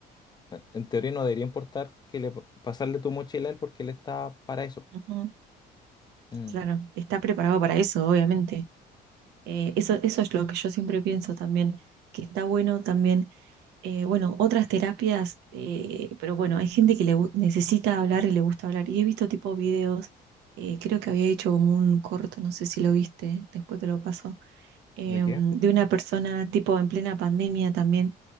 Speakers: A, on the left (about 25°); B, on the right (about 80°).
A: eh, en teoría no debería importar que le pasarle tu mochila a él porque él está para eso.
B: ujú,
A: Mm,
B: claro, está preparado para eso, obviamente. Eh, eso, eso es lo que yo siempre pienso también, que está bueno también, eh, bueno, otras terapias, eh, pero bueno, hay gente que le, gu- necesita hablar y le gusta hablar. Y he visto tipo videos, eh, creo que había hecho como un corto, no sé si lo viste, después te lo paso em,
A: ¿De qué?
B: de una persona tipo en plena pandemia también,